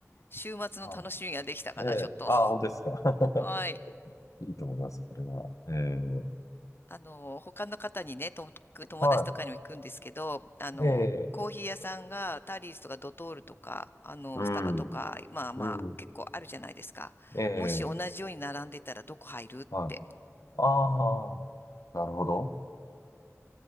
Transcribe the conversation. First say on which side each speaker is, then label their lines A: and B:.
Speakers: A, on the left; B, on the left.
A: 週末の楽しみができたかな、
B: はい。ええ。
A: ちょっと。
B: ああ、本当ですか。
A: <laughs> はい。
B: <laughs> いいと思います、これは。ええ。
A: あの、他の方にね、と、友達とかにも行くんですけど、
B: は
A: あの、
B: い。ええ。
A: コーヒー屋さんがタリーズとかドトールとか、あの、
B: うん。
A: スタバとか、まあまあ、
B: うん。
A: 結構あるじゃないですか。
B: ええ。
A: もし同じように並んでたらどこ入るって、
B: はい。ああ、なるほど。